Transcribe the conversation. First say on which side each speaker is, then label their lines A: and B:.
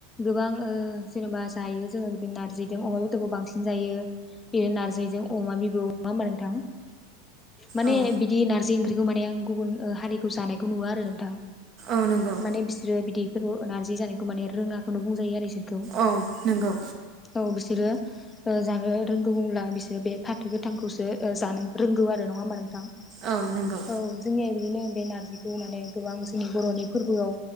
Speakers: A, on the left (about 20°); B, on the right (about 45°).
A: गोबां ओ जेनेबा जायो जोङो बिदिनो नारजिजों अमा बेदरखौ बांसिन जायो। बे नारजिजों अमा बिबु नङा होमबा नोंथां? माने
B: औ
A: बिदि नारजि ओंख्रिखौ माने आं गुबुन हारिखौ जानायखौ नुवा आरो नोंथां।
B: औ नंगौ
A: माने बिसोरो बिदैफोर नारजि जानायखौ माने रोङाखौनो बुंजायो आरो बिसोरखौ
B: औ नंगौ।
A: औ बिसोरो ओ जानो रोंगौ होनब्ला बिसोरो बे फाथो गोथांखौसो जानो रोंगौ आरो नङा होमबा नोंथां?
B: औ नंगौ
A: औ जोंनिया बिदिनो बे नारजिखौ माने गोबां जोंनि बर'नि फोरबोआव